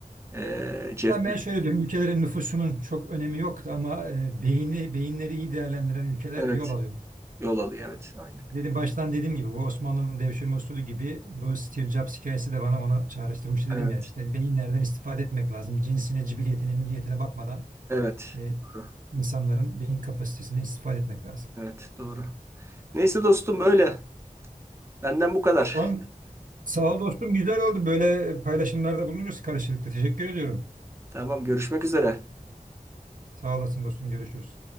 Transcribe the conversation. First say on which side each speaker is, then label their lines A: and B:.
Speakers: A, on the right; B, on the right.
A: ee,
B: Ya
A: Jeff
B: ben
A: Bezos.
B: şöyle diyorum, ülkelerin nüfusunun çok önemi yoktu ama e, beyni, beyinleri iyi değerlendiren ülkeler
A: Evet,
B: yol alıyor.
A: yol alıyor. Evet, aynen.
B: Dedim baştan dediğim gibi bu Osmanlı'nın devşirme usulü gibi bu Steve Jobs hikayesi de bana ona çağrıştırmıştı
A: Evet,
B: dedim ya işte beyinlerden istifade etmek lazım. Cinsine, cibiliyetine, milliyetine bakmadan
A: evet.
B: e,
A: Doğru.
B: insanların beyin kapasitesine istifade etmek lazım.
A: Evet, doğru. Neyse dostum böyle. Benden bu kadar.
B: Tamam. Sağ ol dostum, güzel oldu. Böyle paylaşımlarda bulunuruz karşılıklı. Teşekkür ediyorum.
A: Tamam, görüşmek üzere.
B: Sağ olasın dostum, görüşürüz.